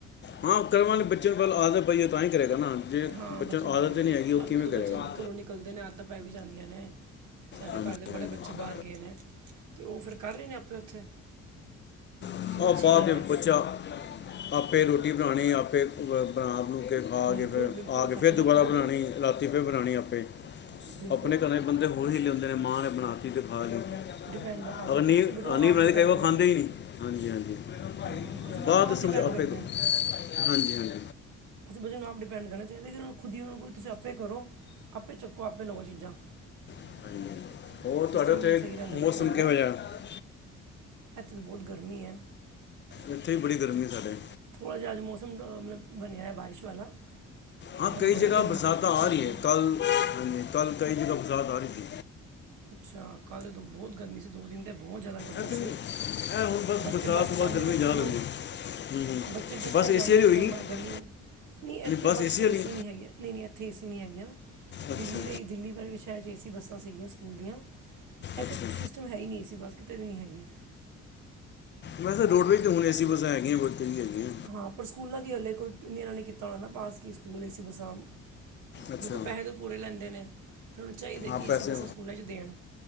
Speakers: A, on the left; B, on the right.
A: ਹਾਂ ਕਰਨ ਵਾਲੇ ਬੱਚਿਆਂ ਨੂੰ ਪਹਿਲਾ ਆਦਤ ਪਈਆ ਤਾਂ ਹੀ ਕਰੇਗਾ ਨਾ ਜੇ
B: ਹਾਂ
A: ਬੱਚਿਆਂ
B: ਬੱਚੇ
A: ਨੂੰ
B: ਨਾਲ
A: ਆਦਤ
B: ਦੇ
A: ਨਹੀਂ ਹੈਗੀ ਉਹ
B: ਬਾਕੀ
A: ਕਿਵੇਂ
B: ਜਦੋਂ
A: ਕਰੇਗਾ।
B: ਬੱਚੇ ਘਰੋਂ ਨਿਕਲਦੇ ਨੇ ਆਦਤਾ ਪੈ ਵੀ ਜਾਂਦੀਆਂ ਨੇ ਸਾਡੇ
A: ਹਾਂਜੀ
B: ਘਰ ਦੇ ਬੜੇ
A: ਹਾਂਜੀ
B: ਬੱਚੇ ਬਾਹਰ ਗਏ ਨੇ, ਤੇ ਉਹ ਫਿਰ ਕਰ ਰਹੇ ਨੇ ਆਪੇ ਉੱਥੇ
A: ਆ
B: ਸੋ
A: ਉਹ
B: ਅੱਛੀ
A: ਬਾਅਦ
B: ਗੱਲ
A: ਵਿੱਚ
B: ਹੈ
A: ਬੱਚਾ ਆਪੇ ਰੋਟੀ ਬਣਾਉਣੀ ਆਪੇ ਬਣਾ ਨੂੰ ਕੇ ਖਾ
B: ਬਿਲਕੁਲ
A: ਕੇ ਫਿਰ
B: ਬਿਲਕੁਲ
A: ਆ ਕੇ ਫਿਰ
B: ਸਭ ਕੁਝ
A: ਦੁਬਾਰਾ
B: ਆਪੇ ਕਰਦੇ
A: ਬਣਾਣੀ
B: ਨੇ ਬੱਚੇ
A: ਰਾਤੀ ਫਿਰ ਬਣਾਣੀ ਆਪੇ
B: ਬਿਲਕੁਲ
A: ਆਪਣੇ ਘਰੇ ਬੰਦੇ ਹੋਰ ਹੀ ਹਿੱਲੇ ਹੁੰਦੇ ਨੇ, ਮਾਂ ਨੇ ਬਣਾ ਤੀ ਤੇ ਖਾ ਲੀਏ
B: ਡਿਪੈਂਡ ਹੈ, ਅਸੀਂ
A: ਅਗਰ ਨੀਂਹ
B: ਅਸੀਂ ਬੱਚੇ ਨੂੰ
A: ਆਂਦੀ
B: ਆਪ
A: ਬਣਾਈ
B: ਡਿਪੈਂਡ
A: ਕਈ ਵਾਰ
B: ਕਰਦੇ
A: ਖਾਂਦੇ
B: ਹਾਂ
A: ਹੀ ਨਹੀਂ। ਹਾਂਜੀ- ਹਾਂਜੀ
B: ਹਾਂ ਅਸੀਂ ਬੱਚੇ
A: ਬਾਅਦ
B: ਨੂੰ ਆਪ
A: ਸਮਝਾ
B: ਡਿਪੈਂਡ
A: ਆਪੇ
B: ਕਰਦੇ
A: ਕੋ
B: ਹਾਂ
A: ਹਾਂਜੀ- ਹਾਂਜੀ।
B: ਅਸੀਂ ਬੱਚੇ ਨਾਲ ਆਪ ਡਿਪੈਂਡ ਕਰਨਾ ਚਾਹੀਦਾ। ਕਿ ਹੁਣ ਖੁਦਸੀ ਆਪੇ ਕਰੋ। ਆਪੇ ਚੱਕੋ ਆਪੇ ਲਵੋ ਚੀਜ਼ਾਂ
A: ਹਾਂਜੀ। ਹੋਰ ਤੁਹਾਡੇ
B: ਸਿਸਟਮ
A: ਉੱਥੇ
B: ਸਹੀ ਰਹਿੰਦਾ ਬੱਚਿਆਂ
A: ਮੌਸਮ
B: ਦਾ
A: ਕਿਹੋ
B: ਨਾ
A: ਜਿਹਾ
B: ਇੱਥੇ ਤਾਂ ਬਹੁਤ ਗਰਮੀ ਹੈ।
A: ਇੱਥੇ ਵੀ ਬੜੀ ਗਰਮੀ ਸਾਡੇ
B: ਥੋੜਾ ਜਿਹਾ ਅੱਜ ਮੌਸਮ ਬਣਿਆ। ਬਾਰਿਸ਼ ਵਾਲਾ
A: ਹਾਂ
B: ਬਟ
A: ਕਈ
B: ਬੜੀ
A: ਜਗਾ
B: ਗਰਮੀ
A: ਬਰਸਾਤ
B: ਪਈ ਹੈ ਪਿੱਛੇ
A: ਆ ਰਹੀ
B: ਦਿਨ
A: ਹੈ, ਕੱਲ ਹਾਂਜੀ ਕੱਲ ਕਈ ਜਗ੍ਹਾ ਬਰਸਾਤ ਆ ਰਹੀ ਸੀ।
B: ਅੱਛਾ ਕੱਲ੍ਹ ਤੇ ਬਹੁਤ ਗਰਮੀ ਸੀ ਦੋ ਦਿਨ ਦੇ ਤੇ ਬਹੁਤ ਜ਼ਿਆਦਾ ਗਰਮੀ
A: ਅਸੀਂ
B: ਸੀ।
A: ਇਹ ਹੁਣ ਬਸ
B: ਬੱਚੇ
A: ਬਰਸਾਤ
B: ਬੱਸ
A: ਤੋਂ ਬਾਅਦ
B: ਚ ਆਦੇ
A: ਗਰਮੀ
B: ਨੇ ਸਕੂਲੋਂ
A: ਜਾ ਲੱਗੀ ਹੂੰ ਹੂੰ
B: ਬੱਚੇ ਬੱਸਾਂ
A: ਬਸ ਏਸੀ
B: ਚ ਆਦੇ
A: ਵਾਲੀ
B: ਨੇ
A: ਹੋਏਗੀ
B: ਗਮਾਂ
A: ਨਹੀਂ
B: ਗਰਮੀ ਲਦੀ ਨਹੀਂ ਇੱਥੇ
A: ਬਸ
B: ਬੱਸ ਏਸੀ
A: ਵਾਲੀ
B: ਨੀ ਨਹੀਂ-ਨਹੀਂ ਇੱਥੇ ਏਸੀ ਨੀ ਹੈਗੀਆ
A: ਅੱਛਾ
B: ਦਿੱਲੀ ਦੇ ਦਿੱਲੀ ਬਾਰੇ ਸ਼ਾਇਦ'ਚ ਏ ਸੀ ਬੱਸਾਂ ਸੀਗੀਆਂ ਸਕੂਲ ਦੀਆਂ ਇੱਥੇ
A: ਅੱਛਾ
B: ਸਿਸਟਮ ਹੈ ਹੀ ਨਹੀਂ ਏ ਸੀ ਬੱਸ ਕਿਤੇ ਵੀ ਨਹੀਂ ਹੈਗੀ
A: ਵੈਸੇ ਰੋਡਵੇਜ਼ ਹੁਣ ਏਸੀ ਬੱਸਾਂ ਹੈਗੀਆਂ ਹੋਹੁ ਤੇਰੀ ਹੈਗੀਆਂ
B: ਹਾਂ ਪਰ ਸਕੂਲਾਂ ਦੀ ਹਾਲੇ ਕੋਈ ਇਹਨਾਂ ਨੇ ਕੀਤਾ ਹੋਣਾ ਨਾ ਪਾਸ ਕੀ ਸਕੂਲ ਏ ਬੱਸਾਂ
A: ਅੱਛਾ
B: ਦੇਖੋ ਪੈਸੇ ਤਾਂ ਪੂਰੇ ਲੈਂਦੇ ਨੇ, ਫਿਰ ਉਹਨੂੰ ਚਾਹੀਦੇ ਕਿ
A: ਆਪ ਪੈਸੇ
B: ਐਸੀ ਬੱਸਾਂ ਸਕੂਲਾਂ 'ਚ ਦੇਣ